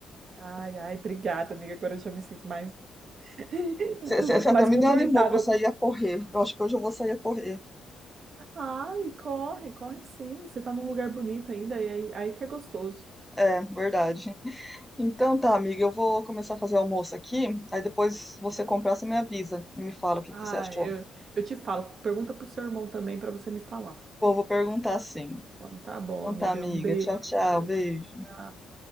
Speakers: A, on the right; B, in the centre.
A: Ai, ai, obrigada, amiga. Agora eu já me sinto mais, <laughs>
B: Você até
A: mais
B: me
A: confortável.
B: animou para sair a correr. Eu acho que hoje eu vou sair a correr.
A: Ai, corre, corre sim. Você tá num lugar bonito ainda, e aí, aí que é gostoso.
B: É, verdade. Então tá, amiga, eu vou começar a fazer almoço aqui. Aí depois você comprar, você me avisa e me fala o que
A: Ah,
B: que você achou.
A: eu, eu te falo. Pergunta pro seu irmão também para você me falar.
B: Pô, vou perguntar sim.
A: Então tá bom,
B: Então
A: amiga.
B: tá, amiga.
A: Um beijo.
B: Tchau, tchau. Beijo.
A: Tchau.